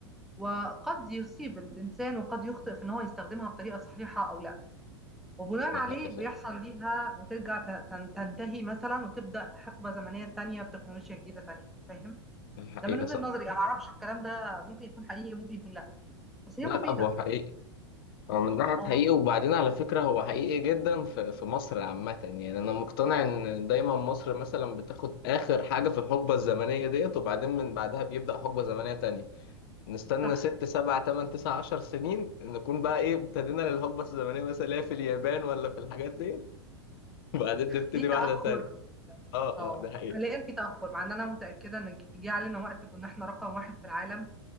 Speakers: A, in the centre; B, on the left (about 55°).
A: وقد يصيب الانسان وقد يخطئ في ان هو يستخدمها بطريقه صحيحه او لا وبناء
B: ده-
A: عليه
B: ده-
A: بيحصل ليها بترجع ت- تن- تنتهي مثلا وتبدا حقبه زمنيه تانية بتكنولوجيا جديده تانية فاهم
B: ده حقيقة
A: ده من وجهه
B: صح
A: نظري انا ما اعرفش الكلام ده ممكن يكون حقيقي ممكن يكون لا بس هي
B: لا
A: مفيدة
B: لا هو حقيقي هو من ناحية
A: اه
B: حقيقي وبعدين على فكرة هو حقيقي جدا في, في مصر عامة يعني أنا مقتنع إن دايما مصر مثلا بتاخد آخر حاجة في الحقبة الزمنية ديت وبعدين من بعدها بيبدأ حقبة زمنية تانية نستنى
A: صح
B: ست سبع تمن تسع عشر سنين نكون بقى إيه ابتدينا للحقبة الزمنية مثلا اللي هي في اليابان ولا في الحاجات ديت <laughs> وبعدين نبتدي
A: في تأخر
B: واحدة تانية اه
A: اه
B: اه ده حقيقي
A: حاليا في تأخر مع ان انا متأكدة ان جه علينا وقت كنا احنا رقم واحد في العالم